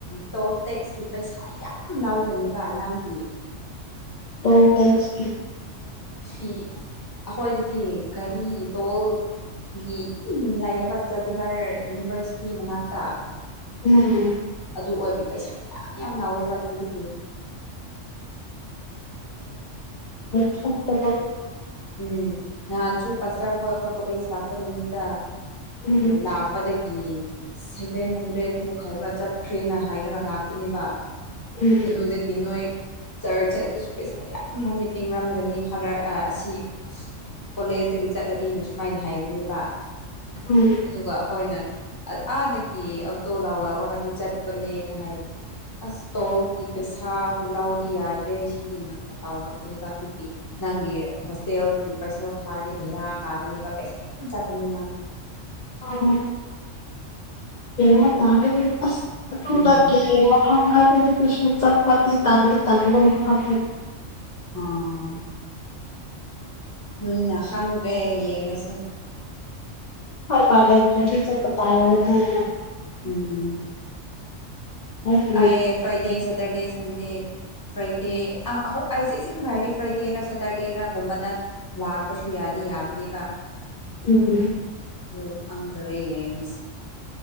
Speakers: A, on the left; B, on the left.
A: ꯇꯣꯜ ꯇꯦꯛꯁꯀꯤ ꯄꯩꯁꯥ ꯌꯥꯝ ꯂꯥꯎꯒꯅꯤꯕ ꯅꯪꯒꯤ
B: ꯍꯥꯎ ꯇꯁ
A: ꯐꯤ ꯑꯩꯈꯣꯏꯗꯗꯤ ꯒꯥꯔꯤ ꯇꯣꯜ ꯒꯤ ꯂꯥꯏꯌꯦꯕ ꯆꯥꯟꯗꯤꯒꯔ ꯌꯨꯅꯤꯚꯔꯁꯤꯇꯤ ꯃꯅꯥꯛꯇ
B: ꯎꯝ
A: ꯑꯗꯨ ꯑꯣꯏꯕ ꯄꯩꯁꯥ ꯃꯌꯥꯝ ꯌꯥꯝ ꯂꯥꯎꯋꯦꯕ ꯑꯗꯨꯗꯒꯤ
B: ꯑꯠꯇ
A: ꯎꯝ ꯅꯍꯥꯟꯁꯨ ꯄꯥꯁꯇꯔꯐꯥꯎ ꯑꯩꯈꯣꯏ ꯀꯣꯂꯦꯖ ꯂꯥꯛꯄ ꯅꯨꯃꯤꯠꯇ
B: ꯎꯝ
A: ꯂ ꯀꯠꯄꯗꯒꯤ ꯁꯦꯚꯦꯟ ꯍꯟꯗ꯭ꯔꯦꯗꯃꯨꯛ ꯍꯥꯏꯥꯏꯕ꯭ꯔꯥ ꯆꯠꯈ꯭ꯔꯦꯅ ꯍꯥꯏꯔꯒ ꯂꯥꯛꯄꯅꯦꯕ
B: ꯎꯝ
A: ꯑꯗꯨꯗꯗ ꯒꯤ ꯅꯣꯏ ꯆꯔ ꯆꯠꯄꯁꯨ ꯄꯩꯁꯥ ꯌꯥꯝ ꯌꯥꯝꯅ ꯇꯤꯡꯡꯂꯝꯒꯅꯤꯗ ꯑꯁꯤ ꯀꯣꯂꯦꯖꯇꯒꯤ ꯆꯠꯂꯗꯤꯅ ꯁꯨꯃꯥꯏꯅ ꯍꯥꯏꯕꯅꯦꯕ
B: ꯎꯝ
A: ꯑꯗꯨꯒ ꯑꯩꯈꯣꯏꯅ ꯑꯥꯗꯒꯤ ꯑꯣꯇꯣ ꯂꯥꯎ ꯂꯧꯔꯒꯗꯤ ꯆꯠꯄꯅꯦꯅ ꯍꯥꯏꯕꯒꯤ ꯑꯁꯇꯣꯒꯤ ꯄꯩꯁꯥ ꯂꯥꯎꯗꯤ ꯌꯥꯗ꯭ꯔꯦ ꯁꯤꯗꯤ ꯅꯪ ꯈ ꯇꯥꯎꯔꯛꯄꯅꯦꯕ ꯑꯗꯨꯒꯤ ꯅꯪꯒꯤ ꯍꯣ ꯇꯦꯜꯒꯤꯤꯄꯔꯁꯦꯜ ꯊꯥꯔꯗꯤ ꯚꯦꯔꯥ ꯀꯥꯗꯅꯤꯕ ꯄꯩꯁꯥ ꯆꯥꯗꯅꯤꯅ
B: ꯑꯣ ꯍ ꯇꯥꯔꯒ ꯑ ꯑꯗꯨꯅ
A: ꯎꯝ
B: ꯃꯐꯝ ꯍꯥꯏꯕꯅ ꯀꯩꯁꯨ ꯆꯠꯄꯗꯤ ꯇꯗꯤ ꯇꯟꯕ ꯃꯐꯝ
A: ꯎꯝ ꯂꯨꯟꯅ ꯈꯪꯗ꯭ꯔꯦ ꯌꯦꯡꯉꯁꯦ
B: ꯍꯔ ꯐ꯭ꯔ ꯆ
A: ꯎꯝ
B: ꯑꯩꯒꯤ
A: ꯑ ꯐꯥꯏꯗꯦ ꯁꯦꯇꯔꯗꯦ ꯁꯟꯗꯦ ꯐ꯭ꯔꯥꯏꯗꯦ ꯑ ꯑꯩꯁꯦ ꯁꯦꯡ ꯍꯥꯏꯔꯗꯤ ꯐ꯭ꯔꯥꯏꯗꯦꯔꯥ ꯁꯇꯔꯗꯦꯔꯒꯨꯝꯕꯅ ꯂꯥꯛꯄꯁꯨ ꯌꯥꯗꯤ ꯌꯥꯕꯅꯦꯕ
B: ꯎꯝꯝ
A: ꯑꯗꯨ ꯍꯪꯗꯔꯦ ꯌꯦꯡꯁ